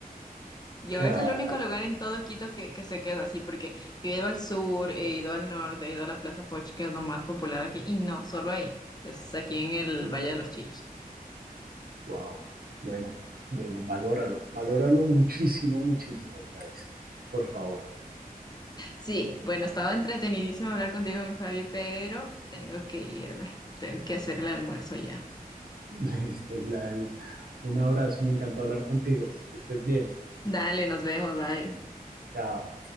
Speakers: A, on the left; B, on the right.
A: Yo
B: sea,
A: es el único
B: eh,
A: lugar en todo Quito que, que se quedó así, porque yo he ido al sur, he ido al norte, he ido a la Plaza Foch, que es lo más popular aquí, y no, solo ahí, es aquí en el Valle de los Chillos.
B: wow, bueno, bueno, valóralo, valóralo muchísimo, muchísimo, Gladys. Por favor.
A: Sí, bueno, estaba entretenidísimo hablar contigo, mi Fabi, pero tengo que irme, tengo que hacer el almuerzo ya.
B: <laughs> Listo, Gladys. Un abrazo, me encantó hablar contigo. Que estés bien.
A: Dale, nos vemos, bye.
B: Chao.